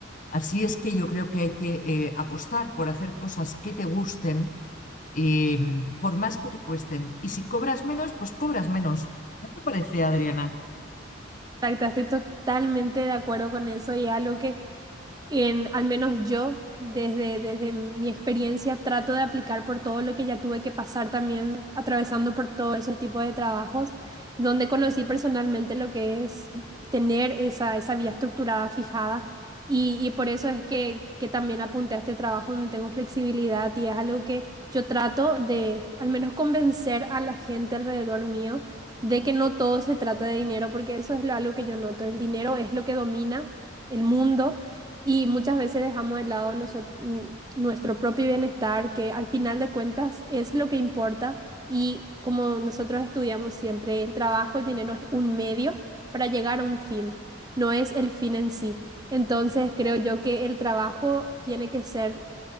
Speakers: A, on the left; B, on the right.
A: Así es que yo creo que hay que eh, apostar por hacer cosas que te gusten eh, por más que te cuesten. Y si cobras menos, pues cobras menos. ¿No te parece, Adriana?
B: Exacto, estoy totalmente de acuerdo con eso y es algo que en, al menos yo, desde, desde mi experiencia, trato de aplicar por todo lo que ya tuve que pasar también, atravesando por todos esos tipos de trabajos, donde conocí personalmente lo que es tener esa, esa vía estructurada fijada. Y, y por eso es que, que también apunté a este trabajo donde tengo flexibilidad y es algo que yo trato de al menos convencer a la gente alrededor mío de que no todo se trata de dinero, porque eso es lo- algo que yo noto. El dinero es lo que domina el mundo y muchas veces dejamos de lado noso- n- nuestro propio bienestar, que al final de cuentas es lo que importa. Y como nosotros estudiamos siempre, el trabajo, el dinero es un medio para llegar a un fin, no es el fin en sí. Entonces creo yo que el trabajo tiene que ser,